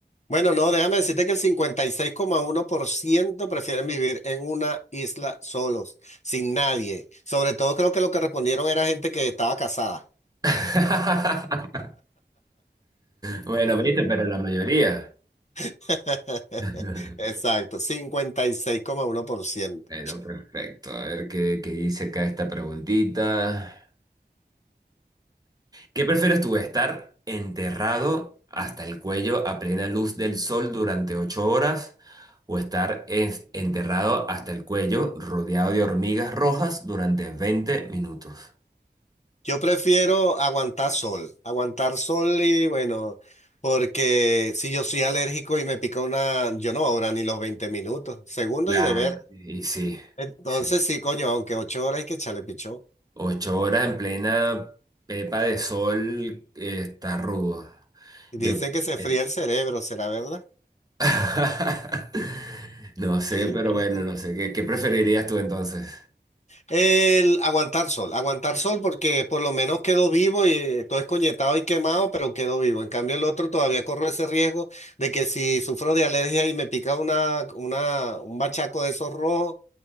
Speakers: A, on the left (about 40°); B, on the right (about 20°).
A: Bueno, no, déjame decirte que el cincuenta y seis coma uno por ciento prefieren vivir en una isla solos, sin nadie. Sobre todo creo que lo que respondieron era gente que estaba casada.
B: <laughs> Bueno, viste, pero la mayoría.
A: <laughs>
B: <laughs>
A: Exacto, cincuenta y seis coma uno por ciento.
B: Bueno, perfecto, a ver qué, qué dice acá esta preguntita. ¿Qué prefieres tú, estar enterrado hasta el cuello a plena luz del sol durante ocho horas o estar es- enterrado hasta el cuello rodeado de hormigas rojas durante veinte minutos?
A: Yo prefiero aguantar sol, aguantar sol y bueno, porque si yo soy alérgico y me pica una, yo no ahora ni los 20 minutos, segundos
B: Claro,
A: y de ver.
B: y sí,
A: Entonces
B: y sí.
A: sí, coño, aunque 8 horas hay que echarle pichón.
B: Ocho horas en plena pepa de sol eh, está rudo.
A: Dicen
B: Yo,
A: que se
B: eh,
A: fría el cerebro, ¿será verdad?
B: <laughs> no sé,
A: ¿Quién
B: pero
A: quita?
B: bueno, no sé. ¿Qué, qué preferirías tú entonces?
A: El aguantar sol, aguantar sol porque por lo menos quedó vivo y eh, todo escoñetado y quemado, pero quedó vivo. En cambio el otro todavía corro ese riesgo de que si sufro de alergia y me pica una, una, un bachaco de esos rojos